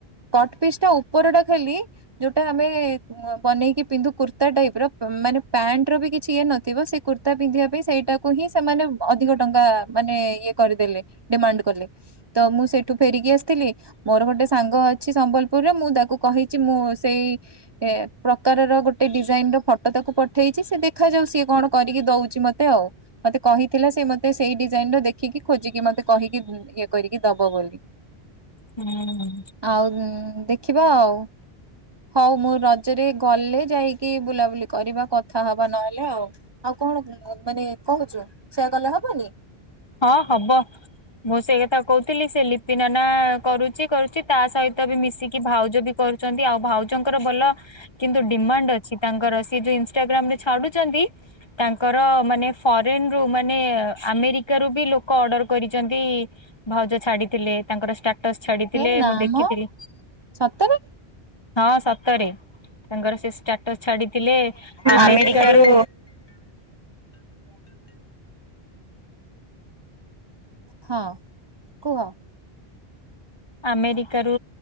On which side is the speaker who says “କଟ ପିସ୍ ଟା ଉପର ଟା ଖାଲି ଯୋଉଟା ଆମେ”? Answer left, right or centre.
Right